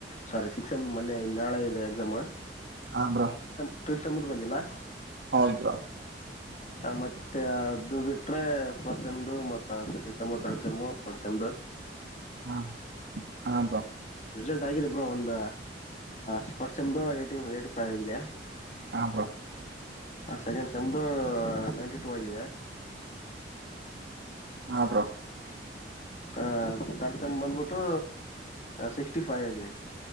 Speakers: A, on the left; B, on the right.
A: ಸಾರಿ ಸಿಕ್ಸೆಮ್ ಮೊನ್ನೆ ನಾಳೆ ಇದೆ ಎಕ್ಸಾಮ್
B: ಹಾ ಬ್ರೋ
A: ಿಫ್ ತಂಬದ ಬಂಜಿಲ್ಲಾ
B: ಹೌದ್ ಬ್ರೋ
A: <inaudible> ಹ ಮತ್ತ ಮ ಅದು ಬಿಟ್ರೆ ಫಸ್ಟ್ ಸಮ್ದು ಮ ಸೆಕೆಂಡ್ ಸೆಮು ಥರ್ಡ್ ಸೆಮು ರ್ ಸೆಮು
B: ಹಾ ಹಾಬ
A: ರಿಸಲ್ಟ್ ಆಗಿದೆ ಬ್ರೋ ಒಂದು ಸ್ಪೋಟ್ಸಮು ಏಿ ಏ್ಟಿ ಫೈವ್ ಆಗಿದೆ
B: ಹಬೋ
A: ಹ ಸೆಕೆಂಡ್ ಸೆಮ್ದು ನೈಂಟಿ ಟೂ ಆಗಿದೆ
B: ಹಬರ <unintelligible>
A: ಹ ತರ್ಸಮ್ ಬಂದ್ಬಿಟ್ಟು ಸಿಕ್ಸ್ಟಿ ಫೈವ್ ಆಗಿದೆ